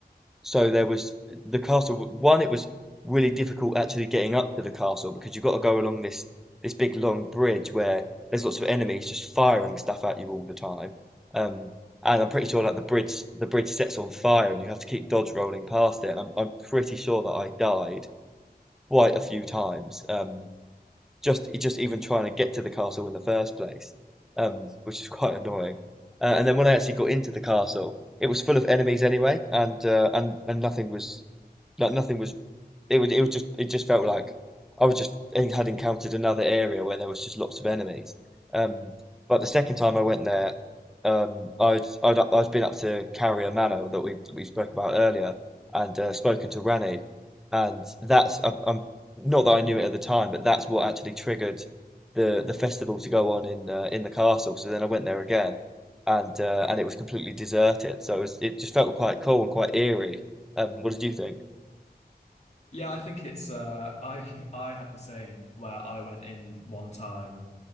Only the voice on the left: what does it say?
Yeah, I think it's uh, I <laughs> I had the same where I went in one time